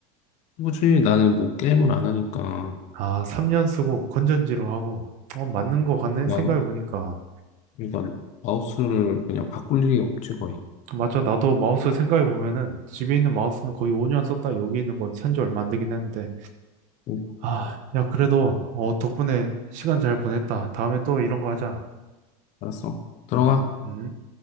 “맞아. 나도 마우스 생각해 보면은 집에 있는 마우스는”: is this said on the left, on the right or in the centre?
Right